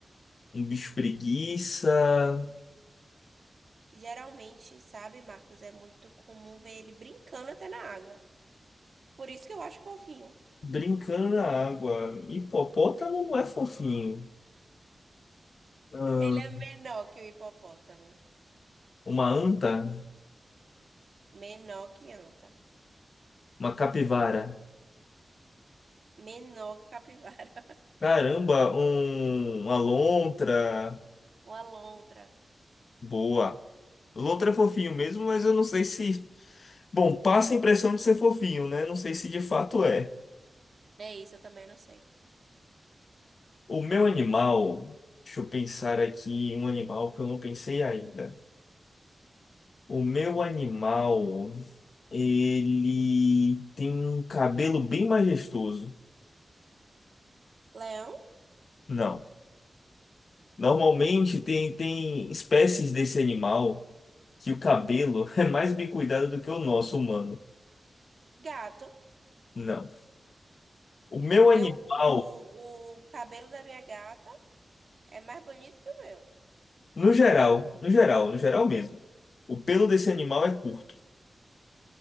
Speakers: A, on the left; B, on the right.
A: um bicho preguiça.
B: Geralmente, sabe, Marcos, é muito comum ver ele brincando até na água. Por isso que eu acho fofinho.
A: Brincando na água. Hipopótamo não é fofinho. Ahn,
B: Ele é menor que o hipopótamo.
A: uma anta.
B: Menor que anta.
A: Uma capivara.
B: Menor que capivara. <laughs>
A: Caramba, um- uma lontra.
B: Uma alondra.
A: Boa. Lontra é fofinho mesmo, mas eu não sei se. Bom, passa a impressão de ser fofinho, né? Não sei se de fato é.
B: É isso, eu também não sei.
A: O meu animal. Deixa eu pensar aqui em um animal que eu não pensei ainda. O meu animal. Ele tem um cabelo bem majestoso.
B: Leão,
A: Não. Normalmente tem, tem espécies desse animal que o cabelo <laughs> é mais bem cuidado do que o nosso humano.
B: gato.
A: Não. O meu
B: Que
A: animal,
B: o, o, o cabelo da minha gata é mais bonito que o meu.
A: no geral, no geral, no geral mesmo, o pelo desse animal é curto.